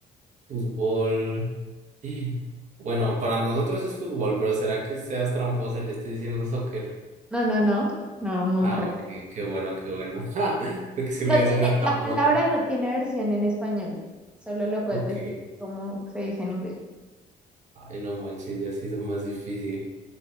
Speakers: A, on the right (about 45°); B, in the centre.
A: fútbol. <gasps> Bueno, para nosotros es fútbol, pero ¿será que seas tramposa? y Le estés diciendo soccer.
B: No, no, no. No, nunca.
A: Ah, ok, qué bueno, qué bueno. <laughs> Porque si
B: No
A: hubiera
B: tiene,
A: sido una trampota.
B: la palabra no tiene versión en español. Solo lo puedes
A: Ok.
B: decir como se dice en inglés.
A: Ay, no manches, ya se hizo más difícil.